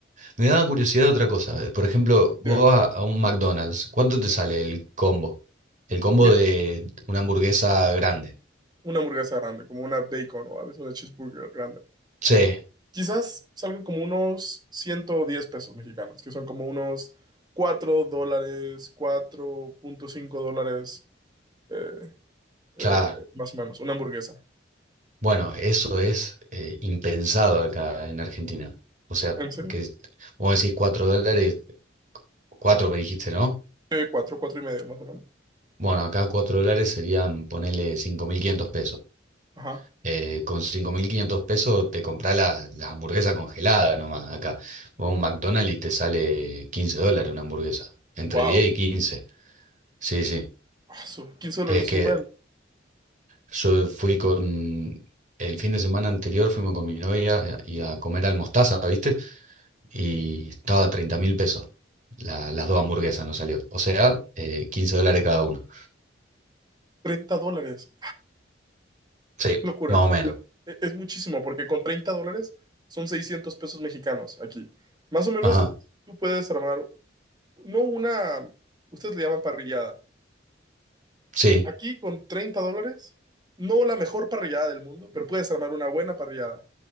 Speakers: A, on the right (about 40°); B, on the right (about 20°).
A: me daba curiosidad otra cosa. eh, Por ejemplo, vos
B: Dime,
A: vas a un McDonald's, ¿cuánto te sale
B: dice,
A: el combo? El combo
B: mira,
A: de una hamburguesa grande.
B: una hamburguesa grande, como una bacon o a veces una cheeseburger grande.
A: Sí,
B: Quizás salgan como unos 110 pesos mexicanos, que son como unos 4 dólares, 4.5 dólares, eh, eh,
A: claro.
B: más o menos, una hamburguesa.
A: Bueno, eso es eh, impensado acá en Argentina. O sea,
B: ¿En serio?
A: que vos decís cuatro dólares, 4 me dijiste, ¿no?
B: Sí, cuatro 4 y medio, más o menos.
A: Bueno, acá 4 dólares serían, ponele 5.500 pesos.
B: Ajá.
A: Eh, con 5.500 pesos te compras la, la hamburguesa congelada nomás acá. Vos a un McDonald's y te sale 15 dólares una hamburguesa. Entre
B: Wow.
A: diez y quince Sí, sí.
B: Asu, 15 dólares
A: Es
B: es
A: que
B: un buen.
A: yo fui con... El fin de semana anterior fuimos con mi novia eh, y a comer al Mostaza, ¿viste? Y estaba a 30 mil pesos. La- las dos hamburguesas nos salió. O sea, eh, 15 dólares cada uno.
B: treinta dólares.
A: Sí,
B: locura.
A: más o menos.
B: E- Es muchísimo, porque con 30 dólares son 600 pesos mexicanos aquí. Más o menos,
A: Ajá.
B: tú puedes armar, no una, ustedes le llaman parrillada.
A: Sí,
B: Aquí con 30 dólares, no la mejor parrillada del mundo, pero puedes armar una buena parrillada.